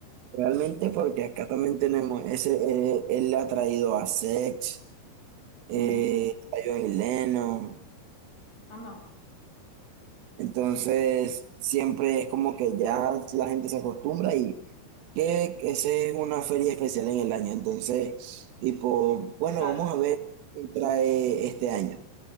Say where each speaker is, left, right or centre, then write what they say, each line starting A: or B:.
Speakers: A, on the right; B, on the left.
A: realmente porque acá también tenemos ese, eh, él ha traído a Sex, eh,
B: mm,
A: a John Lennon.
B: anda,
A: Entonces, siempre es como que ya la gente se acostumbra y que ese es una feria especial en el año. Entonces, tipo, bueno,
B: claro,
A: vamos a ver qué trae este año.